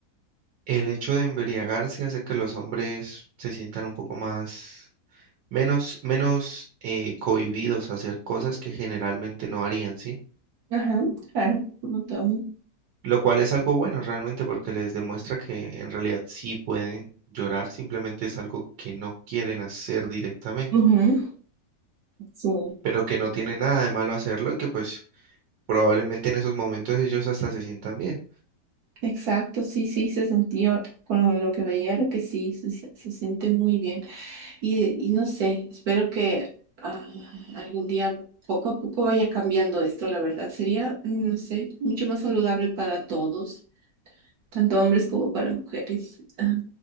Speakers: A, on the right; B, on the right.
A: El hecho de embriagarse hace que los hombres se sientan un poco más, menos, menos eh, cohibidos a hacer cosas que generalmente no harían, ¿sí?
B: Ajá, claro, un montón.
A: Lo cual es algo bueno realmente porque les demuestra que en realidad sí pueden llorar, simplemente es algo que no quieren hacer directamente,
B: Ujú, Sí,
A: pero que no tiene nada de malo hacerlo y que pues probablemente en esos momentos ellos hasta se sientan bien.
B: exacto, sí, sí, se sentía con lo que veía era que sí, se, se- se siente muy bien. Y, y no sé, espero que ah, algún día poco a poco vaya cambiando esto, la verdad. Sería, no sé, mucho más saludable para todos. tanto hombres como para mujeres. Ah,